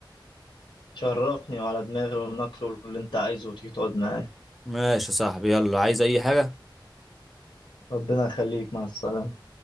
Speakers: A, on the left (about 75°); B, in the centre.
A: شرفني وعلى دماغي والنقل اللي انت عايزه وتيجي تقعد معايا
B: ماشي يا صاحبي يلا عايز اي حاجه
A: ربنا يخليك مع السلامة